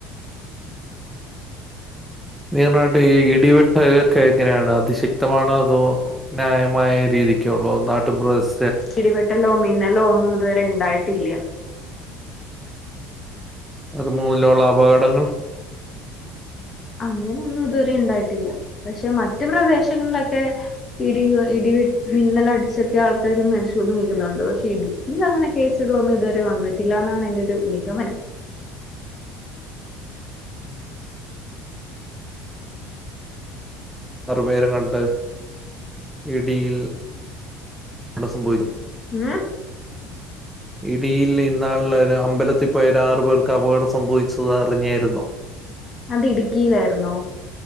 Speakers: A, in the centre; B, on the left (about 30°).
A: നിങ്ങട നാട്ടീ ഇടിവെട്ടക്കേങ്ങനെയാണ് അതിശെക്തമാണോ അതോ ന്യായമായ രീ ഇരിക്ക്യോള്ളോ നാട്ടുമ്പ്രസ്
B: ഇടിവെട്ടലോ മിന്നലോ ഒന്നും ഇതുവരെ ഇണ്ടായിട്ടില്ല്യ
A: അത് മൂലവൊള്ള അപകടങ്ങൾ
B: അങ്ങനെയൊന്നും ഇതുവരെ ഇണ്ടായിട്ടില്ല പക്ഷെ മറ്റ് പ്രദേശ ങ്ങളിലൊക്കെ ഇടി കൊ ഇടിവെട്ട് മിന്നലടിച്ചൊക്കെ ആൾക്കാര് മരിച്ചൂന്ന് കേക്കുന്നൊണ്ട് പക്ഷെ ഇടുക്ക് ഇത് അങ്ങനെ കേസുകളൊന്നും ഇതുവരെ വന്നിട്ടില്ലന്നാണ് എന്റെ ഒരു നിഗമനം
A: അ ആറുപേര കട്ട് ഇടിയി ൽ സംഭവിച്ചു
B: ഏ
A: ഇടിയിൽ ഇന്നാൾ ഒരു അമ്പലത്തിൽ പോയര് ആറു പേർക്ക് അപകടം സംഭവിച്ചത് അറിഞ്ഞായിരുന്നു
B: അത് ഇടുക്കിയിലായിുന്നോ